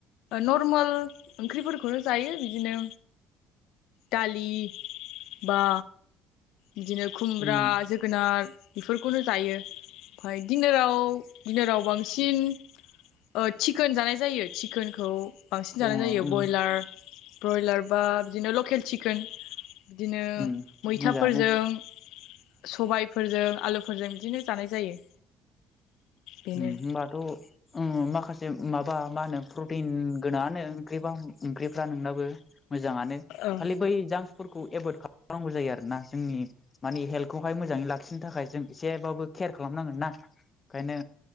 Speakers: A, on the left; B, on the left.
A: नरमोल ओंख्रिफोरखौनो जायो बिदिनो दालि बा बिदिनो खुमब्रा
B: उम
A: जोगोनार बेफोरखौनो जायो ओमफ्राय दिनाराव दिनाराव बांसिन ओ चिकोन जानाय जायो चिकोनखौ बांसिन
B: दङ
A: जानाय जायो
B: उम
A: बयलार ब्रयलार बा बिदिनो लकेल चिकोन बिदिनो
B: उम
A: मैथाफोरजों
B: मोजाङानो
A: सबाइफोरजों आलुफोरजों बिदिनो जानाय जायो बेनो
B: ओम होनोमबाथ' ओम माखासे माबा मा होनो प्रटिन गोनाङानो ओंख्रिबा ओंख्रिफ्रा नोंनाबो मोजाङानो
A: औ
B: खालि बै जां फोरखौ एभयद खालामनांगौ जायो आरोना जोंनि माने हेल्थखौहाय मोजाङै लाखिनो थाखाय जों एसेबाबो केयार खालामनांगोन ना ओंखायनो